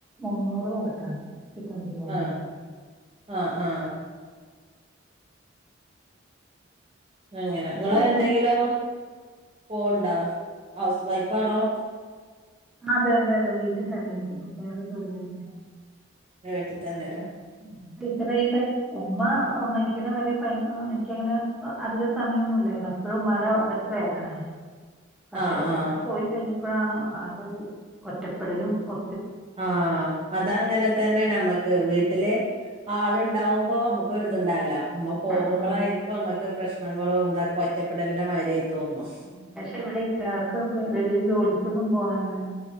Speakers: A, in the centre; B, on the right.
A: മുന്നൂറ് പേർക്കാ ചിക്കൻ ബിരിയാണ്
B: ആഹ്
A: പറഞ്ഞ്
B: ആഹ് ആഹ് അങ്ങനെ
A: അന്നേരം
B: നിങ്ങള് എന്തെങ്കിലും പോണ്ടോ ഹൗസ് വൈഫാണോ
A: അതെ അതെ അതെ വീട്ടിൽ തന്നെ ഇരിക്കുന്നു വേറെ ജോലിയൊന്നുമില്ല
B: വട്ടിൽ തന്നെല്ല
A: <unintelligible> ഉമ്മ മരിക്കുന്ന വരെ ഭയ എനിക്കങ്ങനെ അധിക സമയമൊന്നുംല്ലല്ല ഇ മട അതൊക്കെ വേണാണ്
B: <unintelligible>
A: പക്ഷെ
B: ആഹ്
A: ഉമ്മ പോയി കഴിഞ്ഞപ്പോഴാണ് ആ കരു ഒറ്റപ്പെടലും ഒ,
B: ആഹ് അതങ്ങനെ തന്നെയ നമ്മുക്ക്
A: ആ,
B: വീട്ടില് ആളുണ്ടാവുമ്പോ നമുക്ക് ഇത്ണ്ടാവില്ല ഉമ്മ പോകുമ്പോളായിരിക്കും
A: ആ.
B: നമ്മുക്ക് പ്രശ്നങ്ങളും തൊക്കെ ഒറ്റപ്പെടലിന്റെ മര്യായി തോന്നുന്നു
A: ഉം. പക്ഷെ ഇവിടെക്കക്കെ വളിയൽ ജോലിക്കൊന്നും പോണം അങ്ങനെ